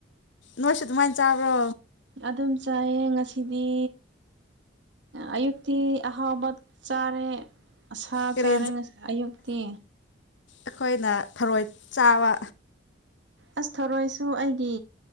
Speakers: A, on the left; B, on the right.
A: ꯅꯣꯏꯁꯨ ꯑꯗꯨꯃꯥꯏꯅ ꯆꯥꯕ꯭ꯔꯣ
B: ꯑꯗꯨꯝ ꯆꯥꯏꯌꯦ ꯉꯁꯤꯗꯤ ꯑꯌꯨꯛꯇꯤ ꯑꯍꯧꯕ ꯆꯥꯔꯦ ꯑꯁꯥ
A: ꯀꯔꯤ
B: ꯆꯥꯔꯦ ꯉꯥ ꯑꯌꯨꯛꯇꯤ
A: ꯑꯈꯣꯏꯅ ꯊꯔꯣꯏ ꯆꯥꯕ
B: ꯑꯁ ꯊꯣꯔꯣꯏꯁꯨ ꯑꯩꯒꯤ